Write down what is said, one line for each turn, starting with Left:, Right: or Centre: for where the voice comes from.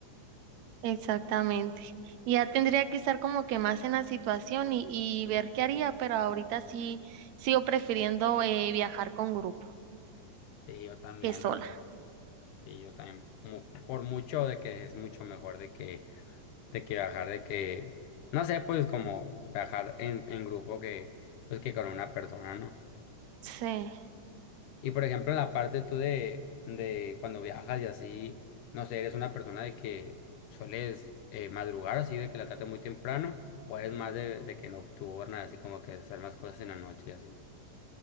Right: exactamente. Y Ya tendría que estar como que más en la situación y, y ver qué haría, pero ahorita sí sigo prefiriendo eh, viajar con grupo
Left: Sí, yo también,
Right: que sola.
Left: la verdad. Sí, yo también. mu- Por mucho de que es mucho mejor de que de que viajar, de que, no sé, pues como viajar en, en grupo que, pues que con una persona, ¿no?
Right: Sí.
Left: Y por ejemplo, en la parte tú de, de cuando viajas y así, no sé, eres una persona de que sueles eh, madrugar así, de que la trate muy temprano, o eres más de, de que nocturna, así como que hacer más cosas en la noche y así.